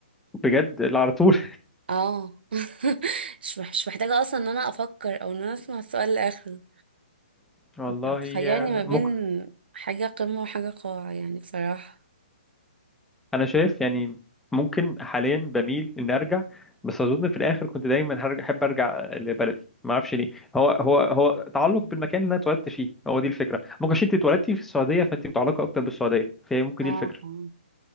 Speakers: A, in the centre; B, on the right.
A: بجد لا على طول
B: اه <laughs> مش مح- مش محتاجه اصلا ان انا افكر او ان انا اسمع السؤال لاخره
A: <laughs> والله
B: انت بتخيرني
A: يا
B: ما بين
A: ممكن
B: حاجه قمه وحاجه قاع يعني بصراحه
A: أنا شايف يعني ممكن حاليا بميل إن أرجع بس أظن في الآخر كنت دايما هرجع أحب أرجع لبلدي ما أعرفش ليه هو هو هو تعلق بالمكان اللي أنا اتولدت فيه هو دي الفكرة ممكن عشان أنت اتولدتي في السعودية فأنت متعلقة أكتر بالسعودية فهي ممكن
B: اه
A: دي الفكرة
B: اه